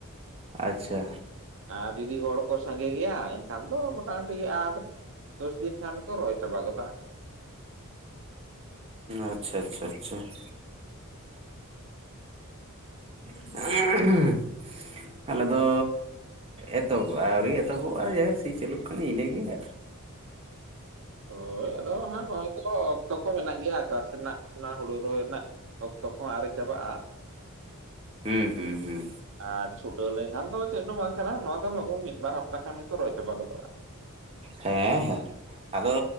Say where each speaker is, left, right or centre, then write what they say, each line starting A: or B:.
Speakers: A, on the right (about 25°); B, on the right (about 60°).
A: ᱟᱪᱪᱷᱟ
B: ᱟᱨ ᱡᱩᱫᱤ ᱦᱚᱲ ᱠᱚ ᱥᱟᱸᱜᱮ ᱜᱮᱭᱟ ᱮᱱᱠᱷᱟᱱ ᱫᱚ ᱢᱚᱴᱟᱢᱩᱴᱤ ᱟᱴ ᱫᱚᱥ ᱫᱤᱱ ᱠᱷᱟᱱ ᱠᱚ ᱨᱚᱭ ᱪᱟᱵᱟᱜ ᱜᱚᱫᱟ᱾
A: ᱟᱪᱪᱷᱟ ᱟᱪᱪᱷᱟ ᱪᱷᱟ ᱾ <inaudible> ᱟᱞᱮ ᱫᱚ ᱮᱛᱚᱦᱚᱵ ᱟᱹᱣᱨᱤ ᱮᱛᱚᱦᱚᱵᱚᱜᱼᱟ ᱡᱟᱭᱤᱠ ᱥᱤ ᱪᱟᱹᱞᱩᱜ ᱠᱟᱱᱟ ᱤᱱᱟᱹᱜᱮ ᱟᱨ
B: ᱦᱳᱭ ᱟᱫᱚ ᱦᱟᱸᱜ ᱱᱚᱜᱼᱚᱭ ᱛᱚ ᱛᱚ ᱠᱚ ᱢᱮᱱᱟᱜ ᱜᱮᱭᱟ ᱪᱟᱥ ᱨᱮᱱᱟᱜ ᱚᱱᱟ ᱦᱩᱲᱩ ᱨᱚᱦᱚᱭ ᱨᱮᱱᱟᱜ ᱚᱠᱛᱚ ᱠᱚᱦᱚᱸ ᱟᱨᱤ ᱪᱟᱵᱟᱜᱼᱟ ᱾
A: ᱦᱩᱸ ᱦᱩᱸ ᱦᱩᱸ
B: ᱟᱸ ᱪᱷᱩᱴᱟᱹᱣ ᱞᱮᱱᱠᱷᱟᱱ ᱫᱚ ᱪᱮᱫ ᱫᱚ ᱵᱟᱝ ᱠᱟᱱᱟ ᱱᱚᱣᱟ ᱫᱚ ᱞᱚᱜᱚᱱ ᱢᱤᱫ ᱵᱟᱨ ᱦᱟᱯᱛᱟ ᱠᱷᱟᱱ ᱜᱮᱛᱚ ᱨᱚᱦᱚᱭ ᱪᱟᱵᱟ ᱜᱚᱫᱚᱜᱼᱟ ᱾
A: ᱦᱮᱸ ᱦᱮᱸ ᱾ ᱟᱫᱚ